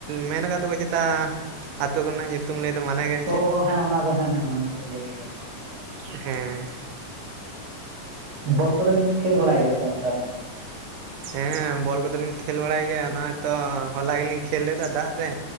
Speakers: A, on the right; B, on the right.
A: ᱢᱮᱱ ᱠᱟᱫ ᱫᱚᱠᱚ ᱪᱮᱛᱟ ᱟᱛᱳ ᱠᱚᱨᱮᱱᱟᱜ ᱧᱩᱛᱩᱢ ᱞᱟᱹᱭ ᱫᱚ ᱢᱟᱱᱟ ᱜᱮᱭᱟ ᱥᱮ ᱪᱮᱫ
B: ᱚ ᱦᱮᱸ ᱚᱱᱟ ᱫᱚ ᱦᱮᱸ ᱦᱮᱸ ᱚᱱᱟᱜᱮ ᱞᱟᱹᱭ ᱠᱮᱫᱟ ᱠᱚ
A: ᱮᱸᱦ᱾ ᱦᱮᱸ
B: ᱵᱚᱞ ᱠᱚᱫᱚ ᱵᱤᱱ ᱠᱷᱮᱞ ᱵᱟᱲᱟᱭ ᱜᱮᱭᱟ ᱛᱚ ᱛᱟᱦᱚᱞᱮ?
A: ᱦᱮᱸ ᱵᱚᱞ ᱠᱚᱫᱚᱞᱤᱧ ᱠᱷᱮᱞ ᱵᱟᱲᱟᱭ ᱜᱮᱭᱟ ᱱᱚᱜᱼᱚᱭ ᱛᱚ ᱦᱚᱞᱟ ᱜᱮᱞᱤᱧ ᱠᱷᱮᱞ ᱞᱮᱫᱟ ᱫᱟᱜ ᱨᱮ᱾